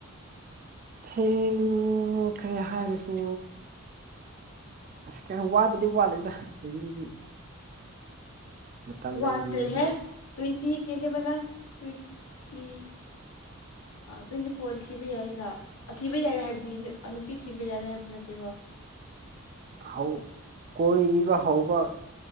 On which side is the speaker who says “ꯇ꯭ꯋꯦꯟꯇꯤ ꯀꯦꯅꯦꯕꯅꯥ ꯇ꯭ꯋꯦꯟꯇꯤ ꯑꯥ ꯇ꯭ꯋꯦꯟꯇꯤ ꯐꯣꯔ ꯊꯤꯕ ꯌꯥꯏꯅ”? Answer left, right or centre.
Left